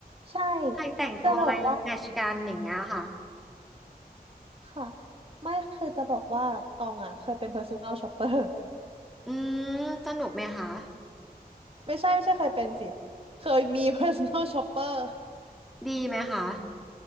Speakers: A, on the right (about 35°); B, in the centre.
A: ใช่
B: ใครแต่งตัวอะไรแมทช์กันอย่างเงี้ยค่ะ
A: จะบอกว่าค่ะไม่คือจะบอกว่าตองอ่ะเคยเป็น personal shopper
B: อืมสนุกไหมคะ
A: <laughs> ไม่ใช่ไม่ใช่เคยเป็นสิเคยมี personal shopper
B: ดีไหมคะ